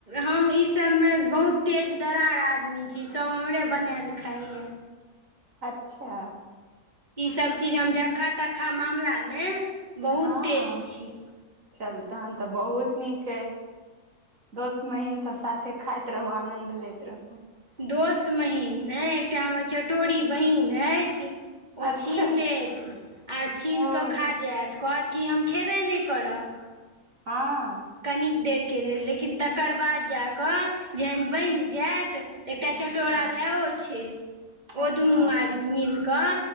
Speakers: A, on the right; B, on the right.
A: हम ईसभमे बहुत तेज तरार आदमी छी सभ हमरे बनायल खाइय
B: अच्छा
A: ई सभ चीज हम झक्खा तक्खा मामलामे। बहुत
B: हाँ
A: तेज छी
B: चल तहन तऽ बहुत नीक अइ दोस्त महीन सब साथे खाइत रहू आनन्द लैत रहू
A: दोस्त महिम म, एकटा हमर चटोड़ी बहिन अछि। ओ
B: अच्छा
A: छीन लेत आ छीन
B: ओ
A: कऽ खा जाएत, कहत की हम खेबे नहि करब।
B: हँ
A: कनि देरके लेल लेकिन तकर बाद जा कऽ जहन बनि जायत तऽ एकटा
B: अच्छा
A: चटोरा भैओ छै ओ
B: अच्छा
A: दुनू आदमी मिलि कऽ